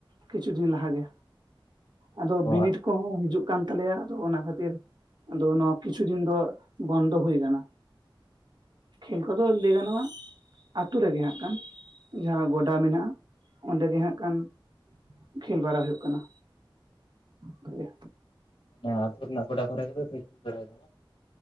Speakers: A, on the right; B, on the left.
A: ᱠᱤᱪᱷᱩ ᱫᱤᱱ ᱞᱟᱦᱟ ᱜᱮ ᱟᱫᱚ
B: ᱚ
A: ᱵᱤᱱᱤᱰ ᱠᱚᱦᱚᱸ ᱦᱤᱡᱩᱜ ᱦᱩᱭᱩᱜ ᱠᱟᱱ ᱛᱟᱞᱮᱭᱟ ᱟᱫᱚ ᱚᱱᱟ ᱠᱷᱟᱹᱛᱤᱨ ᱟᱫᱚ ᱱᱚᱣᱟ ᱠᱤᱪᱷᱩ ᱫᱤᱱ ᱫᱚ ᱵᱚᱱᱫᱚ ᱦᱩᱭ ᱟᱠᱟᱱᱟ ᱠᱷᱮᱞ ᱠᱚᱫᱚ ᱞᱟᱹᱭ ᱜᱟᱱᱚᱜᱼᱟ᱾ ᱟᱛᱳ ᱨᱮᱜᱮ ᱦᱟᱸᱜ ᱠᱷᱟᱱ ᱡᱟᱦᱟᱸ ᱜᱚᱰᱟ ᱢᱮᱱᱟᱜᱼᱟ ᱚᱸᱰᱮ ᱜᱮ ᱦᱟᱸᱜ ᱠᱷᱟᱱ ᱠᱷᱮᱞ ᱵᱟᱲᱟ ᱦᱩᱭᱩᱜ ᱠᱟᱱᱟ ᱚᱱᱠᱟ ᱜᱮ
B: ᱱᱳᱭᱟ ᱟᱹᱛᱩ ᱨᱮᱱᱟᱜ ᱜᱚᱰᱟ ᱠᱚᱨᱮ ᱜᱮ ᱯᱮ ᱯᱮᱠᱴᱤᱥ ᱵᱟᱲᱟᱭ ᱫᱟ